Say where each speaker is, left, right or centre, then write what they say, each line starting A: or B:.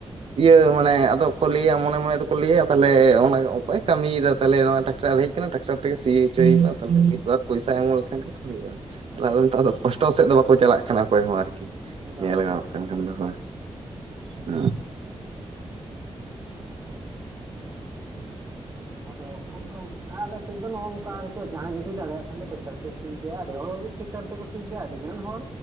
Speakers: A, on the right; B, on the right.
A: ᱤᱭᱟᱹ ᱢᱟᱱᱮ ᱟᱫᱚ ᱠᱚ ᱞᱟᱹᱭᱟ ᱢᱚᱱᱮ ᱢᱚᱱᱮ ᱫᱚᱠᱚ ᱞᱟᱹᱭᱟ ᱛᱟᱦᱚᱞᱮ ᱚᱱᱟ ᱚᱠᱚᱭ ᱠᱟᱹᱢᱤᱭᱮᱫᱟ ᱛᱟᱦᱚᱞᱮ ᱱᱚᱣᱟ ᱴᱟᱠᱴᱟᱨ ᱦᱮᱡ ᱟᱠᱟᱱᱟ ᱴᱟᱠᱴᱟᱨ ᱛᱮᱜᱮ ᱥᱤ ᱦᱚᱪᱚᱭ ᱦᱩᱭᱩᱜᱼᱟ ᱢᱤᱫᱵᱟᱨ ᱯᱚᱭᱥᱟ ᱮᱢ ᱞᱮᱠᱷᱟᱱ ᱜᱮ᱾ ᱦᱩᱭᱩᱜᱼᱟ ᱛᱟᱦᱮ ᱟ ᱱᱮᱛᱟᱨ ᱫᱚ ᱠᱚᱥᱴᱚ ᱥᱮᱫ ᱫᱚ ᱵᱟᱠᱚ ᱪᱟᱞᱟᱜ ᱠᱟᱱᱟ ᱚᱠᱚᱭ ᱦᱚᱸ ᱟᱨᱠᱤ᱾
B: ᱵᱟ
A: ᱧᱮᱞ ᱜᱟᱱᱚᱜ
B: ᱠᱚᱥᱴᱚ
A: ᱠᱟᱱ ᱠᱷᱟᱱ
B: ᱥᱟᱦᱤᱡ
A: ᱫᱚ ᱦᱳᱭ
B: ᱠᱚ ᱦᱟᱛᱟᱣᱟ᱾
A: ᱦᱮᱸ᱾
B: ᱟᱫᱚ ᱚᱱᱠᱟ ᱟᱞᱮ ᱥᱮᱫ ᱫᱚ ᱱᱚᱜ ᱱᱚᱝᱠᱟ ᱡᱟᱦᱟᱸᱭ ᱡᱩᱫᱤ ᱫᱟᱲᱮᱭᱟᱜ ᱠᱷᱟᱱ ᱫᱚ ᱴᱮᱠᱴᱟᱨ ᱛᱮ ᱥᱤ ᱜᱮᱭᱟ ᱟᱹᱰᱤ ᱦᱚᱲᱜᱮ ᱴᱟᱨ ᱛᱮ ᱠᱩ ᱥᱤ ᱜᱮᱭᱟ ᱟᱹᱰᱤ ᱜᱟᱱ ᱦᱚᱲ